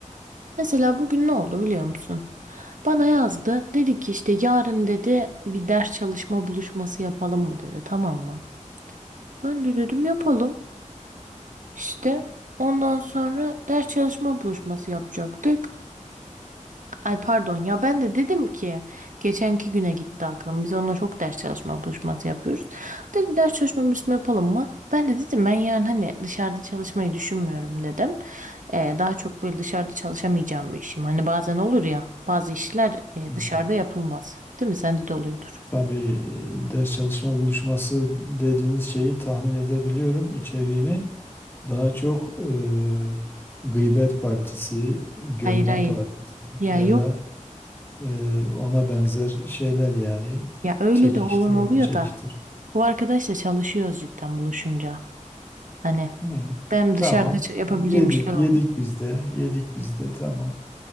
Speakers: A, on the right; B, on the left.
A: Mesela bugün ne oldu biliyor musun? Bana yazdı. Dedi ki işte yarın dedi bir ders çalışma buluşması yapalım mı dedi. Tamam mı? Ben de dedim yapalım. İşte ondan sonra ders çalışma buluşması yapacaktık. Ay pardon ya ben de dedim ki geçenki güne gitti aklım. Biz onunla çok ders çalışma buluşması yapıyoruz. Dedi ders çalışma buluşması yapalım mı? Ben de dedim ben yani hani dışarıda çalışmayı düşünmüyorum dedim. Ee, daha çok böyle dışarıda çalışamayacağım bir işim. Hani bazen olur ya bazı işler e,
B: Hmm.
A: dışarıda yapılmaz. Değil mi? Sende de oluyordur.
B: Tabii e, ders çalışma buluşması dediğiniz şeyi tahmin edebiliyorum içeriğini. Daha çok e, gıybet partisi, gömme
A: Hayır hayır.
B: partisi
A: Ya
B: ya
A: yok
B: da e, ona benzer şeyler yani
A: ya öyle
B: çekiştir,
A: de olan
B: onu
A: oluyor
B: çekiştir.
A: da bu arkadaşla çalışıyoruz cidden buluşunca. Hani
B: Hmm,
A: ben
B: Tamam.
A: dışarıda ç- yapabileceğim
B: Yedik,
A: işler
B: yedik
A: oldu.
B: biz de, yedik biz de tamam.